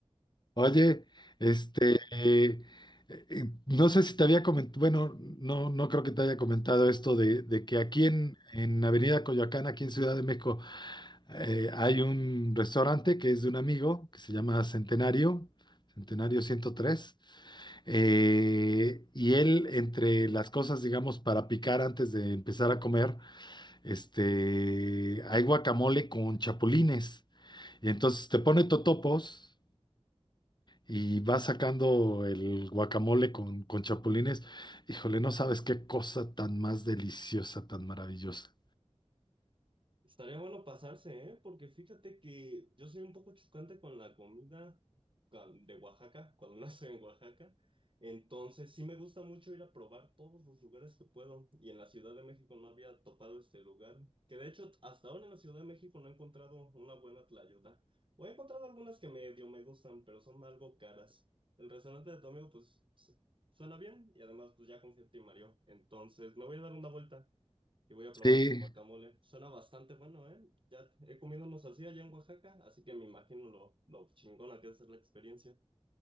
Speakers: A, on the left; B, on the right.
A: Oye, este, eh, eh, no sé si te había comentado, bueno, no, no creo que te haya comentado esto de, de que aquí
B: Ujú.
A: en, en Avenida Coyoacán, aquí en Ciudad de México, Eh, hay un restaurante que es de un amigo que se llama Centenario, Centenario 103, eh, y él, entre las cosas, digamos, para picar antes de empezar a comer, este, hay guacamole con chapulines. Y entonces te pone totopos y va sacando el guacamole con, con chapulines. Híjole, no sabes qué cosa tan más deliciosa, tan maravillosa.
B: Estaría bueno pasarse, ¿eh? Porque fíjate que yo soy un poco chocante con la comida cuan- de Oaxaca, cuando <laughs> no estoy en Oaxaca. Entonces, sí me gusta mucho ir a probar todos los lugares que puedo. Y en la Ciudad de México no había topado este lugar. Que de hecho, hasta ahora en la Ciudad de México no he encontrado una buena tlayuda. O he encontrado algunas que medio me gustan, pero son algo caras. El restaurante de tu amigo, pues, su- suena bien. Y además, pues ya confía en ti, Mario. Entonces, me voy a dar una vuelta. Y voy a probar
A: Sí,
B: el guacamole. Suena bastante bueno, ¿eh? Ya he comido unos así allá en Oaxaca, así que me imagino lo, lo chingona que es la experiencia.